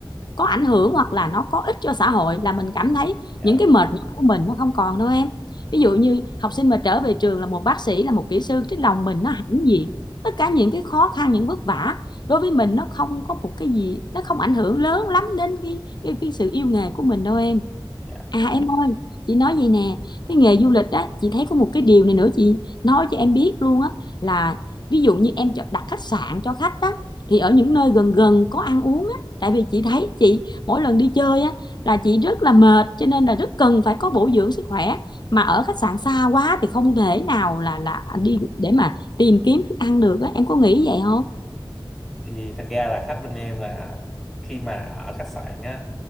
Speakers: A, on the left; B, in the centre.
A: có ảnh hưởng hoặc là nó có ích cho xã hội là mình cảm thấy
B: dạ
A: những cái mệt nhọc của mình nó không còn đâu em ví dụ như học sinh mà trở về trường là một bác sĩ là một kỹ sư cái lòng mình nó hãnh diện tất cả những cái khó khăn những vất vả đối với mình nó không có một cái gì nó không ảnh hưởng lớn lắm đến cái cái, cái sự yêu nghề của mình đâu em
B: dạ
A: À em ơi, chị nói gì nè, cái nghề du lịch á, chị thấy có một cái điều này nữa chị nói cho em biết luôn á là ví dụ như em cho- đặt khách sạn cho khách á thì ở những nơi gần gần có ăn uống á, tại vì chị thấy chị mỗi lần đi chơi á là chị rất là mệt cho nên là rất cần phải có bổ dưỡng sức khỏe mà ở khách sạn xa quá thì không thể nào là là đi để mà tìm kiếm thức ăn được á, em có nghĩ vậy không?
B: thì thật ra là khách bên em là khi mà ở khách sạn á